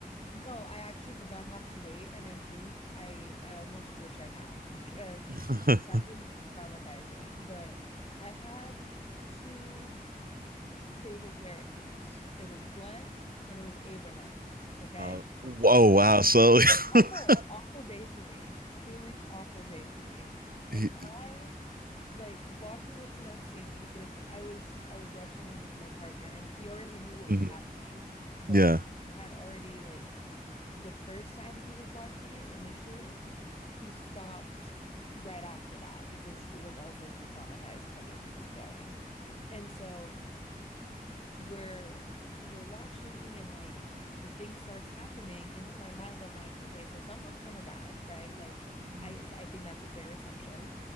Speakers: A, on the left; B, on the right.
A: no, I actually did not have to wait, and I think I I almost wish I had <laughs> because
B: <laughs>
A: that was traumatizing. But I had two favorite characters. It was Glenn and it was Abraham. Okay.
B: uh, whoa! Wow. So,
A: Awful,
B: <laughs>
A: awful day for me. Truly awful day for me. And
B: he-
A: I like walking into that scene because I was I was watching it with my partner and he already knew what
B: mhm,
A: was happening, but
B: yeah,
A: had already like the first time he was watching it initially, he stopped right after that because he was also too traumatized from it to keep going. And so we're we're watching and like the thing starts happening and in my mind I'm like okay so someone's gonna die right like
B: mm-hmm.
A: I I think that's a fair assumption